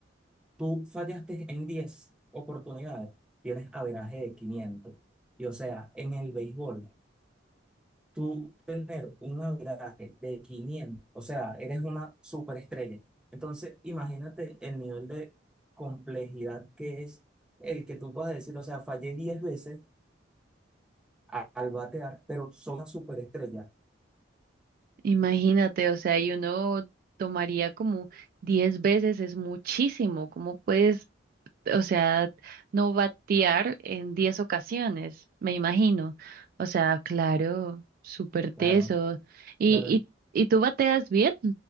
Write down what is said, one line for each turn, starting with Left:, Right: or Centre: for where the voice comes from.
Centre: Tú fallaste en 10 oportunidades. Tienes averaje de quinientos Y o sea, en el béisbol. tú tener un averaje de 500, o sea, eres una superestrella. Entonces, imagínate el nivel de complejidad que es el que tú puedas decir, o sea, fallé 10 veces a- al batear, pero son una superestrella.
Right: Imagínate, o sea, y uno tomaría como 10 veces, es muchísimo. ¿Cómo puedes, o sea, no batear en 10 ocasiones? Me imagino. O sea, claro, súper teso.
Centre: Claro,
Right: ¿Y,
Centre: claro.
Right: y, y tú bateas bien?